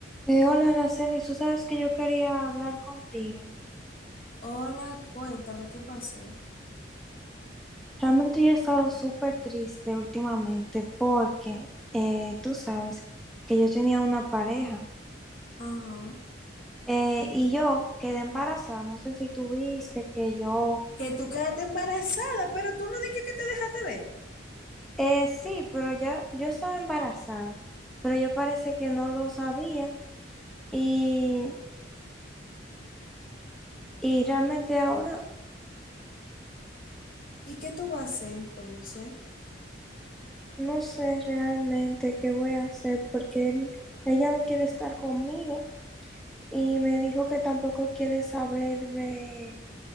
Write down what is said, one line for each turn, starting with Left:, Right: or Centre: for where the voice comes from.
Centre: Eh, hola, Araceli, tú sabes que yo quería hablar contigo.
Left: Hola, cuéntame qué pasó.
Centre: Realmente yo he estado súper triste últimamente porque eh, tú sabes que yo tenía una pareja
Left: Ajá.
Centre: eh, y yo quedé embarazada. No sé si tú viste que yo,
Left: Que tú quedaste embarazada, pero tú no dijiste que te dejaste de él.
Centre: eh, sí, pero ya yo estaba embarazada, pero yo parece que no lo sabía y, y realmente ahora
Left: ¿Y qué tú vas a hacer entonces?
Centre: no sé realmente qué voy a hacer porque él- ella no quiere estar conmigo. y me dijo que tampoco quiere saber de,